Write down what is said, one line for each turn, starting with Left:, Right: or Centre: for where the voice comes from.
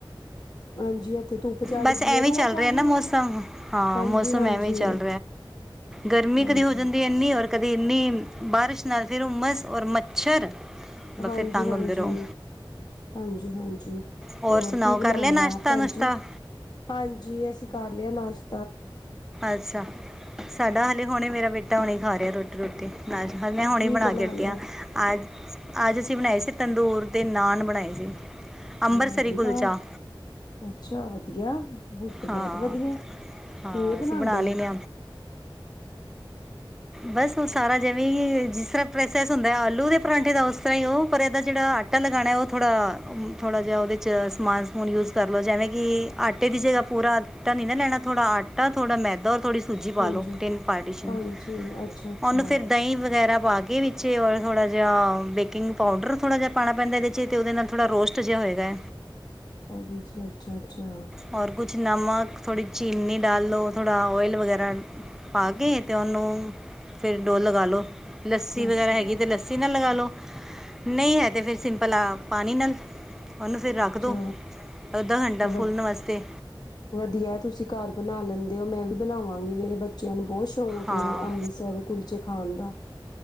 Left: ਹਾਂਜੀ ਇੱਥੇ ਧੁੱਪ ਚੜ੍ਹ
Centre: ਬਸ
Left: ਗਈ
Centre: ਐਵੇਂ
Left: ਹੈ ਰੋਜ਼
Centre: ਹੀ ਚੱਲ
Left: ਆਣੀ
Centre: ਰਿਹਾ ਨਾ
Left: ਹੈ
Centre: ਮੌਸਮ ਹਾਂ
Left: ਹਾਂਜੀ
Centre: ਮੌਸਮ
Left: ਹਾਂਜੀ
Centre: ਐਵੇਂ ਚੱਲ ਗਰਮੀ
Left: ਹਾਂਜੀ
Centre: ਕਦੀ ਹੋ ਜਾਂਦੀ ਇਨੀ ਔਰ ਕਦੀ ਇੰਨੀ ਬਾਰਿਸ਼ ਨਾਲ ਫਿਰ ਉਹ ਮਸ ਔਰ ਮੱਛਰ
Left: ਹਾਂਜੀ
Centre: ਫਿਰ ਤੰਗ
Left: ਹਾਂਜੀ
Centre: ਹੁੰਦੇ ਰਹੋ
Left: ਹਾਂਜੀ ਹਾਂਜੀ
Centre: ਔਰ
Left: ਹੋਰ
Centre: ਸੁਣਾਓ
Left: ਕੀ ਬਣਾ
Centre: ਕਰ
Left: ਲਿਆ
Centre: ਨਾਸ਼ਤਾ
Left: ਭੈਣਜੀ
Centre: ਨੁਸ਼ਤਾ
Left: ਹਾਂਜੀ ਅਸੀਂ ਕਰ ਲਿਆ ਨਾਸ਼
Centre: ਅੱਛਾ ਸਾਡਾ ਹਾਲੇ ਹੁਣੇ ਮੇਰਾ ਬੇਟਾ ਹੁਣੀ ਖਾ ਰਿਹਾ ਰੋਟੀ ਅੱਛਾ ਮੈਂ ਹੁਣੀ
Left: ਕੀ
Centre: ਬਣਾ ਕੇ ਹਟੀ
Left: ਲਿਆ
Centre: ਆ ਅੱਜ ਅੱਜ ਅਸੀਂ ਬਣਾਈ ਸੀ ਤੰਦੂਰ ਦੇ ਨਾਨ ਬਣਾਏ ਸੀ ਅੰਮ੍ਰਿਤਸਰੀ
Left: ਵਜੀ
Centre: ਕੁਲਚਾ
Left: ਵਾਹ ਅੱਛਾ ਵਧੀਆ ਬਹੁਤ
Centre: ਹਾਂ
Left: ਵਧੀਆ
Centre: ਹਾਂ
Left: ਕਿਵੇਂ ਬਣਾਉਂਦੇ
Centre: ਅਸੀਂ <unintelligible> ਬਸ ਸਾਰਾ ਜਿਵੇਂ ਹੀ ਜਿਸ ਤਰਾਂ ਪਲੇਸਸ ਹੁੰਦਾ ਆਲੂ ਦੇ ਪਰਾਂਠੇ ਦਾ ਉਸ ਤਰਾਂ ਹੀ ਉਹ ਪਰੇ ਦਾ ਜੇਹ ਤਿੰਨ ਗਾਣੇ ਉਹ ਥੋੜਾ ਥੋੜਾ ਜਿਹਾ ਉਹਦੇ ਚ ਸਮਾਨ ਸਮੂਨ ਯੂਜ ਕਰ ਲਓ ਜਿਵੇਂ ਕਿ ਆਟੇ ਦੀ ਜਗਹਾ ਪੂਰਾ ਏਦਾ ਨਹੀ ਨਾ ਲੈਣਾ ਥੋੜਾ ਆਟਾ ਥੋੜਾ ਮੈਦਾ ਥੋੜੀ ਜੀ ਮਾਲੋ
Left: ਹਾਂਜੀ
Centre: ਤਿੰਨ ਪਾਰਟੀਸ਼ਨ
Left: ਹਾਂਜੀ ਅੱਛਾ ਅੱਛਾ
Centre: ਹੁਣ ਫਿਰ ਦਹੀਂ ਵਗੈਰਾ ਪਾ ਕੇ ਵੀ ਥੋੜਾ ਜਿਹਾ ਬੇਕਿੰਗ ਪਾਊਡਰ ਥੋੜਾ ਜਿਹਾ ਪਾਣਾ ਪੈਂਦਾ ਜਿਸ ਨਾਲ ਥੋੜਾ ਰੋਸਟ ਜਿਹਾ ਹੋਏਗਾ
Left: ਹਾਂਜੀ ਅੱਛਾ ਅੱਛਾ
Centre: ਪਰ ਕੁਝ ਨਮਕ ਥੋੜੀ ਚੀਨੀ ਡਾਲ ਲੋ ਥੋੜਾ ਆਇਲ ਵਗੈਰਾ ਪਾ ਕੇ ਤੇ ਉਹਨੂੰ ਫਿਰ ਡੋ ਲਗਾ ਲਓ ਲੱਸੀ ਵਗੈਰਾ
Left: ਅੱਛਾ
Centre: ਹੈਗੀ
Left: ਅੱਛਾ
Centre: ਤੇ ਚੈਨਲ ਲਗਾ ਲਓ ਨਹੀਂ ਹੈ ਤੇ ਫਿਰ ਸਿੰਪਲ ਪਾਣੀ ਨਾਲ ਉਹਨੂੰ ਦਿਓ
Left: ਚ
Centre: ਅੱਧਾ ਘੰਟਾ
Left: ਵਧ
Centre: ਫੁੱਲਣ ਵਾਸਤੇ
Left: ਵਧੀਆ ਤੁਸੀਂ ਘਰ ਬਣਾ ਲੈਂਦੇ ਹੋ ਮੈਂ ਵੀ ਬਣਾਵਾਂਗੀ ਮੇਰੇ ਬੱਚਿਆ ਨੂ ਬਹੁਤ ਸ਼ੋਕ
Centre: ਹਾਂ
Left: ਏ ਅੰਮ੍ਰਿਤਸਰ ਕੁਲਚੇ ਖਾਨ ਦਾ